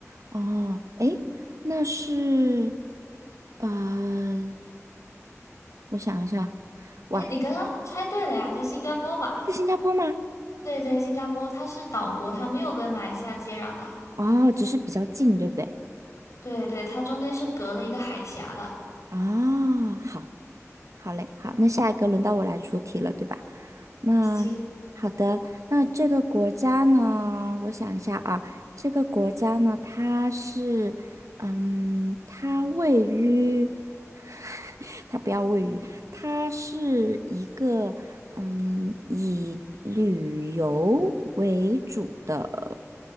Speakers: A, on the right (about 70°); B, on the left (about 65°).
A: 哦，诶，那是，呃，我想一下，哇，
B: 哎，你刚刚猜对了呀，就是新加坡吧？
A: 是新加坡吗？
B: 对对，新加坡它是岛国，它没有跟马来西亚接壤的。
A: 哦，只是比较近，对不对？
B: 对对，它中间是隔了一个海峡的。
A: 哦，好。好嘞，好，那下一个轮到我来出题了，对吧？那好的，
B: 行，
A: 那这个国家呢，我想一下啊，这个国家呢，它是，嗯，它位于，<laughs> 它不要位于，它是一个嗯，以旅游为主的